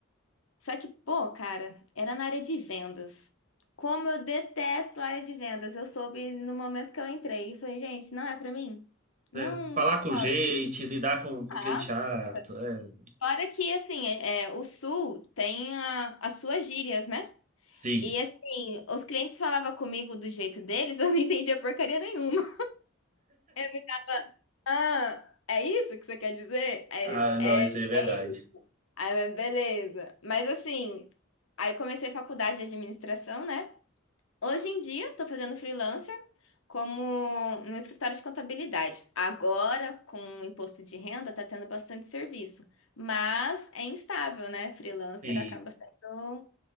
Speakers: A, on the left; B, on the right.
A: Só que, pô, cara, era na área de vendas. Como eu detesto a área de vendas. Eu soube no momento que eu entrei. Eu falei, gente, não é pra mim. Não.
B: né? Falar com
A: rola.
B: gente, lidar com, com
A: Mas,
B: cliente chato. É.
A: fora que, assim, é, é, o Sul tem a- as suas gírias, né?
B: Sim.
A: E, assim, os clientes falavam comigo do jeito deles, <laughs> eu não entendia porcaria nenhuma. É, Ah, é isso que você quer dizer? É,
B: Ah, não,
A: é,
B: isso aí é verdade.
A: é Aí, eu, beleza. Mas assim, aí comecei faculdade de administração, né? Hoje em dia, tô fazendo freelancer como no escritório de contabilidade. Agora, com o imposto de renda, tá tendo bastante serviço. Mas é instável, né? Freelancer
B: Sim.
A: acaba sendo